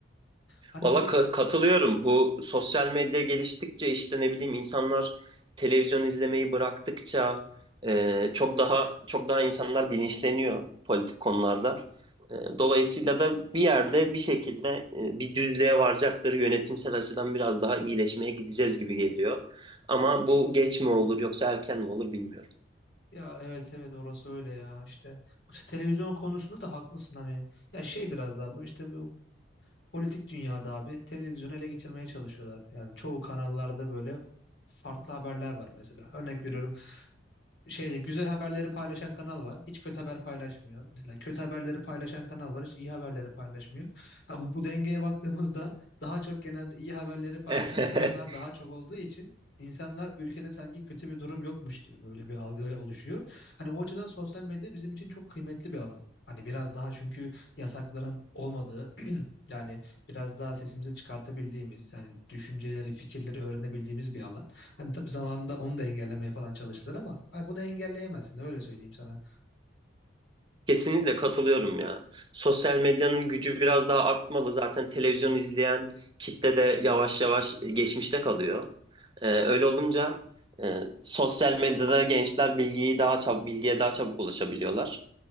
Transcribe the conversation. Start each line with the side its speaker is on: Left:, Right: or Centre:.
Left: Hani
Right: Valla
Left: bu
Right: ka- katılıyorum. Bu sosyal medya geliştikçe işte ne bileyim insanlar televizyon izlemeyi bıraktıkça e, çok daha çok daha insanlar bilinçleniyor politik konularda. E, dolayısıyla da bir yerde bir şekilde e, bir düzlüğe varacaktır. Yönetimsel açıdan biraz daha iyileşmeye gideceğiz gibi geliyor. Ama bu geç mi olur yoksa erken mi olur bilmiyorum.
Left: Ya evet evet orası öyle ya işte bu televizyon konusunda da haklısın hani ya şey biraz daha bu işte bu politik dünyada abi televizyonu ele geçirmeye çalışıyorlar yani çoğu kanallarda böyle farklı haberler var mesela örnek veriyorum şeyle güzel haberleri paylaşan kanal var. Hiç kötü haber paylaşmıyor. Mesela kötü haberleri paylaşan kanal var. Hiç iyi haberleri paylaşmıyor. Ha, bu, bu dengeye baktığımızda daha çok genelde iyi haberleri paylaşan
Right: <laughs>
Left: kanallar daha çok olduğu için insanlar ülkede sanki kötü bir durum yokmuş gibi böyle bir algı oluşuyor. Hani o açıdan sosyal medya bizim için çok kıymetli bir alan. Hani biraz daha çünkü yasakların olmadığı <clears throat> yani biraz daha sesimizi çıkartabildiğimiz yani düşünceleri, fikirleri öğrenebildiğimiz bir alan. Hani tabii zamanında onu da engellemeye falan çalıştılar ama ha, bunu engelleyemezsin öyle söyleyeyim sana.
Right: Kesinlikle katılıyorum ya. Sosyal medyanın gücü biraz daha artmalı. Zaten televizyon izleyen kitle de yavaş yavaş e, geçmişte kalıyor. Ee, öyle olunca e, sosyal medyada gençler bilgiyi daha çab bilgiye daha çabuk ulaşabiliyorlar.